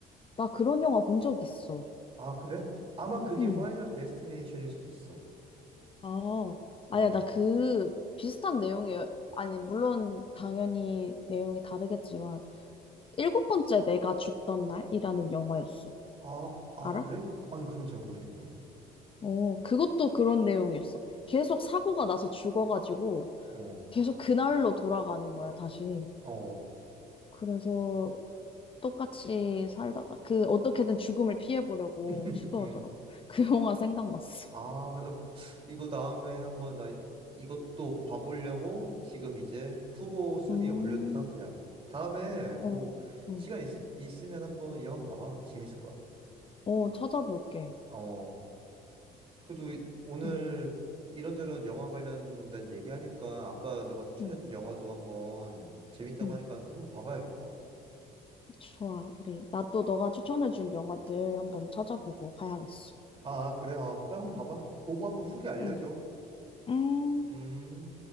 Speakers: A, on the left; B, on the right.
A: 나 그런 영화 본 적 있어.
B: 아, 그래? 아마 그게
A: 응.
B: 파이널 데스티네이션일 수도 있어.
A: 아,
B: 어.
A: 아야, 나 그, 비슷한 내용이에요. 아니, 물론, 당연히 내용이 다르겠지만, 일곱 번째 내가 죽던 날이라는 영화였어.
B: 아, 아,
A: 알아?
B: 그래? 아니, 그건 잘 모르겠네.
A: 어, 그것도 그런 내용이었어. 계속 사고가 나서 죽어가지고,
B: 어.
A: 계속 그날로 돌아가는 거야, 다시.
B: 어.
A: 그래서, 똑같이 살다가 그 어떻게든 죽음을 피해보려고
B: <laughs>
A: 시도하더라고.
B: 음.
A: <laughs> 그 영화 생각났어.
B: 아, 그- 이거 다음에 한번 나 이것도 봐보려고 지금 이제 후보 순위에
A: 음,
B: 올려둔 상태야. 다음에
A: 어,
B: 뭐
A: 음,
B: 시간 있, 있으면 한번 이 영화 봐봐. 재밌을 거야.
A: 어, 찾아볼게.
B: 어. 그래도 이- 오늘
A: 응,
B: 이런저런 영화 관련된 얘기하니까 아까 너가 추천해준
A: 응,
B: 영화도 한번 재밌다고
A: 응.
B: 하니까 또 한번 봐봐야겠다.
A: 좋아. 우리, 나 또 너가 추천해준 영화들 한번 찾아보고 봐야겠어.
B: 아, 그래? 어, 그럼 한번 봐봐. 보고 한번 후기 알려줘.
A: 응. 음.
B: 음.